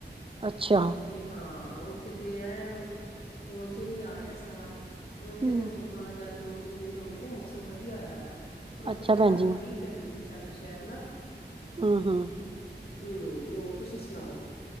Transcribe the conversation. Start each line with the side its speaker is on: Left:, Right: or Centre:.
Right: ਅੱਛਾ
Left: ਤੇ ਹਾਂ ਉੱਥੇ ਤੇ ਐ ਮੌਨਸੂਨ ਹੀ ਆ ਗਿਆ ਸਾਰਾ, ਤੇ ਉੱਥੇ
Right: ਹੂੰ
Left: ਤੇ ਹੁਣ ਥੋੜਾ ਜਿਹਾ <unintelligible> ਤਿੰਨ ਦਿਨ ਹੋ ਗਏ ਨੇ ਮੌਸਮ ਵਧੀਆ ਹੋਇਆ ਦੈ, ਪਰ ਉਸ
Right: ਅੱਛਾ
Left: ਤੋਂ ਪਹਿਲਾਂ
Right: ਭੈਣ
Left: ਤਾਂ
Right: ਜੀ
Left: ਬੜੀ ਗਰਮੀ ਸੀ ਸਾਡੇ ਸ਼ਹਿਰ ਨਾ।
Right: ਹੂੰ, ਹੂੰ।
Left: ਹੂੰ ਹੋਰ ਤੁਸੀਂ ਸੁਣਾਓ?